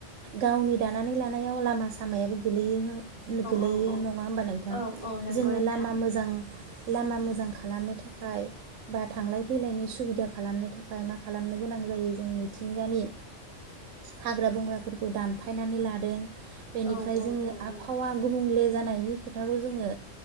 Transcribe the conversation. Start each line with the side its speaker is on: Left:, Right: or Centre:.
Right: गावनि दानानै लानायाव लामा सामायाबो गोलैयो गोलैयो
Left: औ औ
Right: नङा होमबा नोंथां
Left: औ औ नंगौ
Right: जोङो
Left: नोंथां
Right: लामा मोजां लामा मोजां खालामनो थाखाय बा थांलाय फैलायनि सुबिदा खालामनो थाखाय मा खालामनो गोनां जायो जोंनि मिथिंगानि हाग्रा बंग्राफोरखौ दानफायनानै लादों बेनिफ्राय
Left: औ औ
Right: जोङो
Left: औ
Right: आबहावा
Left: औ
Right: गुबुंले जानायनि खोथाखौ जोङो